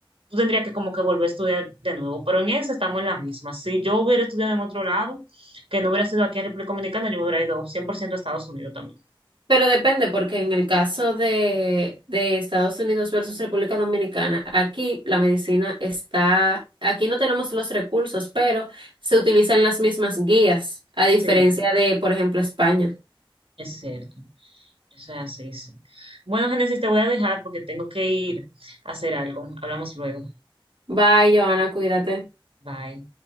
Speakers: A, on the right (about 80°); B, on the right (about 60°).
A: tú tendrías que como que volver a estudiar de nuevo, pero en eso estamos en la misma. Si yo hubiera estudiado en otro lado, que no hubiera sido aquí en República Dominicana, yo me hubiera ido 100% a Estados Unidos también.
B: Pero depende, porque en el caso de, de Estados Unidos versus República Dominicana, aquí la medicina está, aquí no tenemos los recursos, pero se utilizan las mismas guías, a diferencia
A: Sí,
B: de, por ejemplo, España.
A: es cierto. Eso es así, sí. Bueno, Génesis, te voy a dejar porque tengo que ir a hacer algo. Hablamos luego.
B: Bye, Joana, cuídate.
A: Bye.